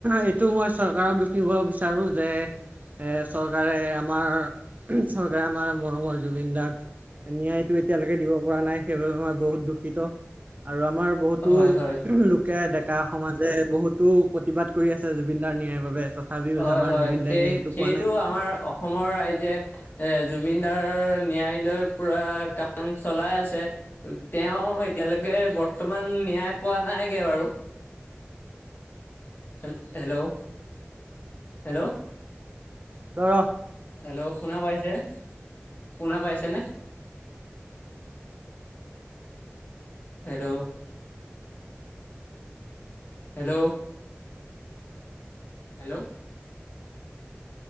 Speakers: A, on the right; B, on the left.
A: এইটো মই চৰকাৰক দুখিব বিচাৰোঁ যে। এ চৰকাৰে, এআমাৰ চৰকাৰে আমাৰ মৰমৰ জুবিন দাক ন্যায়টো এতিয়ালৈকে দিব পৰা নাই সেইবাবে মই বহুত দুখিত। আৰু আমাৰ বহুতো
B: হয় হয়
A: লোকে ডেকা সমাজে বহুতো প্ৰতিবাদ কৰি আছে জুবিনদাৰ ন্যায়ৰ তথাপিও বাবে
B: হয়,
A: আমাৰ
B: হয়
A: জুবিন দাই
B: সেই
A: ন্যায়টো
B: সেইটো
A: পোৱা নাই
B: আমাৰ অসমৰ ৰাইজে এ জুবিনদাৰ ন্যায় লৈ পুৰা কাম চলাই আছে। তেওঁ এতিয়ালৈকে বৰ্তমান ন্যায় পোৱা নাইগে বাৰু। হেল-হেল্ল', হেল্ল'।
A: তই ৰ'হ।
B: হেল্ল' শুনা পাইছে শুনা পাইছেনে? Hello. Hello, hello.